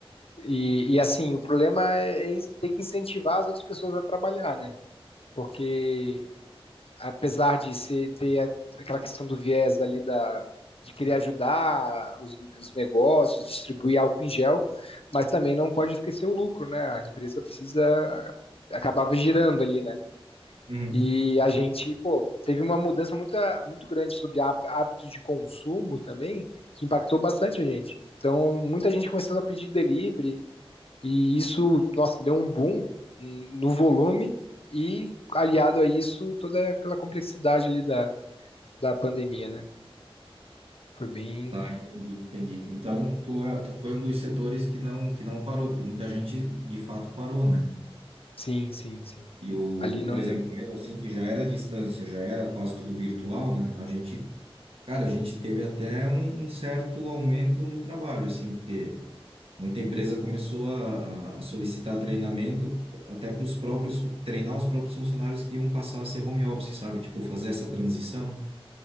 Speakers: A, on the left; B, on the right.
A: E, e assim, o problema é é in- ter que incentivar as outras pessoas a trabalhar, né? Porque apesar de ser, ter a- aquela questão do viés ali da, de querer ajudar os, os negócios, distribuir álcool em gel, mas também não pode esquecer o lucro, né? A empresa precisa acabava girando ali, né?
B: Aham.
A: E a gente, pô, teve uma mudança muito, muito grande sobre há- hábitos de consumo também, que impactou bastante a gente. Então, muita gente começando a pedir delivery, e isso, nossa, deu um boom hum, no volume e aliado a isso, toda aquela complexidade ali da, da pandemia, né? Foi bem.
B: Ah, entendi, entendi. Então, tu, é- tu foi um dos setores que não, que não parou, porque muita gente de fato parou, né?
A: Sim, sim, sim.
B: E o,
A: Ali não.
B: por exemplo, o meu, assim, que já era à distância, já era quase tudo virtual, né? A gente, cara, a gente teve até um, um certo aumento no trabalho, assim, porque muita empresa começou a, a a solicitar treinamento até para os próprios, treinar os próprios funcionários que iam passar a ser home office, sabe? Tipo, fazer essa transição.